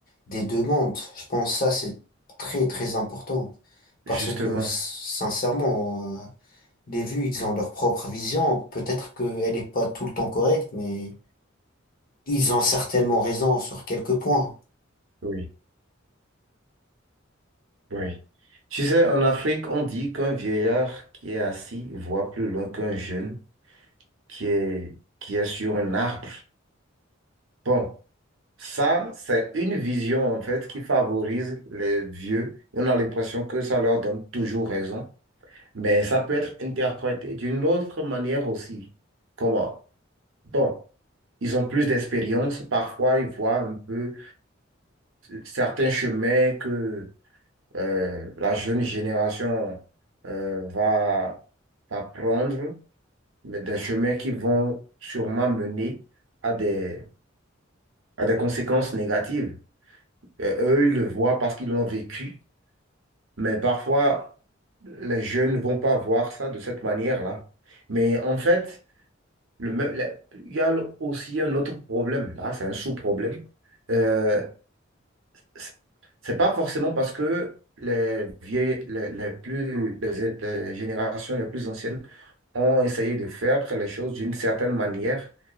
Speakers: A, on the left; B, on the right.
A: des deux mondes. Je pense que ça, c'est très, très important parce
B: Justement,
A: que, sincèrement, euh, les vues, ils ont leur propre vision. Peut-être qu'elle n'est pas tout le temps correcte, mais ils ont certainement raison sur quelques points.
B: oui, oui. Tu sais, en Afrique, on dit qu'un vieillard qui est assis voit plus loin qu'un jeune qui est, qui est sur un arbre. Bon, ça, c'est une vision en fait qui favorise les vieux. On a l'impression que ça leur donne toujours raison, mais ça peut être interprété d'une autre manière aussi. Comment? Bon, ils ont plus d'expérience, parfois ils voient un peu certains chemins que euh, la jeune génération euh, va, va prendre, mais des chemins qui vont sûrement mener à des a des conséquences négatives. Euh, eux, ils le voient parce qu'ils l'ont vécu, mais parfois, les jeunes ne vont pas voir ça de cette manière-là. Mais en fait, le, me- la- il y a le- aussi un autre problème. Là, c'est un sous-problème. Euh, c'est c'est pas forcément parce que les vieilles, les, les plus, les les générations les plus anciennes ont essayé de faire les choses d'une certaine manière